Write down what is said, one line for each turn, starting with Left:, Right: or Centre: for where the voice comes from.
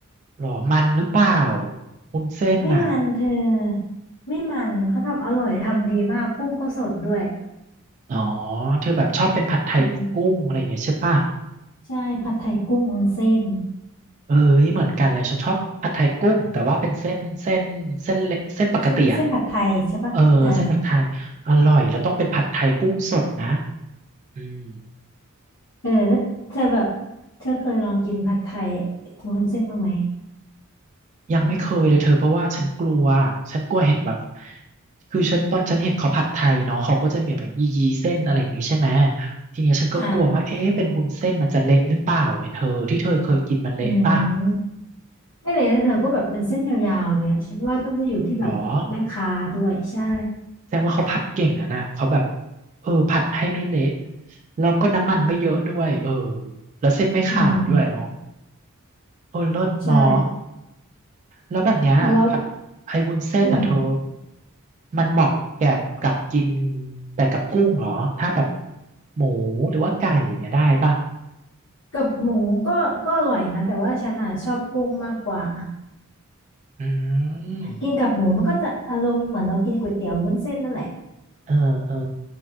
Right: หรอมันหรือเปล่าวุ้นเส้นอ่ะ
Left: ไม่มันเธอไม่มันเขาทำอร่อยทำดีมากกุ้งก็สดด้วย
Right: อ๋อเธอแบบชอบเป็นผัดไทยกุ้งอะไรอย่างเงี้ยใช่ป่ะ
Left: อืมใช่ ผัดไทยกุ้งวุ้นเส้น
Right: เอ้ยเหมือนกันเลยฉันชอบผัดไทยกุ้งแต่ว่าเป็นเส้นเส้นเส้นเล็กเส้นปกติอ่ะ
Left: เส้นเส้นผัดไทยใช่ปะอ่า
Right: เออเส้นผัดไทยอร่อยแล้วต้องเป็นผัดไทยกุ้งสดนะอืม
Left: เออแล้วเธอแบบเธอเคยลองกินผัดไทยวุ้นเส้นบ้างไหม
Right: ยังไม่เคยเลยเธอเพราะว่าฉันกลัวฉันกลัวเห็นแบบคือฉันตอนฉันเห็นเขาผัดไทยเนาะเขาก็จะมีแบบยียีเส้นอะไรอย่างงี้ใช่ไหมทีเนี้ยฉันก็กลัวว่าเอ๊ะเป็นวุ้นเส้นมันจะเละหรือเปล่าไงเธอที่เธอเคยกินมันเละป่ะ
Left: อ่าอืมไม่เลยแล้วเธอก็แบบเป็นเส้นยาวๆเลยอ่ะฉันว่าต้องจะอยู่ที่แบบแม่ค้าด้วยใช่
Right: หรอแสดงว่าเขาผัดเก่งนะน่ะเขาแบบเออผัดให้ไม่เละแล้วก็น้ำมันไม่เยอะด้วยเออแล้วเส้นไม่ขาดด้วยเนาะ
Left: อืม
Right: เออเลิศเนาะ
Left: ใช่
Right: แล้วแบบเนี้ยผัดไอ้วุ้นเส้นอ่ะเธอ
Left: แล้วอืม
Right: มันเหมาะแก่กับกินแต่กับกุ้งเหรอถ้าแบบหมูหรือว่าไก่อย่างเงี้ยได้ป่ะ
Left: กับหมูก็ก็อร่อยนะแต่ว่าฉันอ่ะชอบกุ้งมากกว่า
Right: อืม
Left: กินกับหมูมันก็จะอารมณ์เหมือนเรากินก๋วยเตี๋ยววุ้นเส้นนั่นแหละ
Right: เออเออ